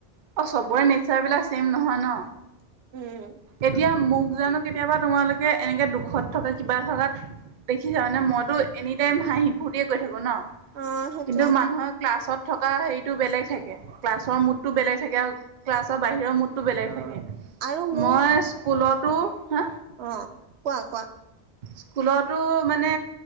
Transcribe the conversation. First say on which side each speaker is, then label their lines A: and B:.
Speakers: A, on the right (about 55°); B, on the right (about 80°).
A: অ', চবৰে নেচাৰ বিলাক ছেম নহয় ন
B: উম
A: এতিয়া মোক জানোঁ কেতিয়াবা তোমালোকে এনেকে দুখত থকা কিবা থকাত দেখিছা মানে মইতো এনি টাইম হাঁহি ফূৰ্তিয়ে কৰি থাকো ন,
B: অ সেইটোৱে
A: কিন্তু মানুহক ক্লাছত থকা হেৰিতটো বেলেগ থাকে ক্লাছৰ মুডটো বেলেগ থাকে আৰু ক্লাছৰ বাহিৰৰ মুডটো বেলেগ
B: অ
A: থাকে।
B: আৰু
A: মই
B: মোক
A: স্কুলতো হা
B: অ কোৱা কোৱা
A: স্কুলতো মানে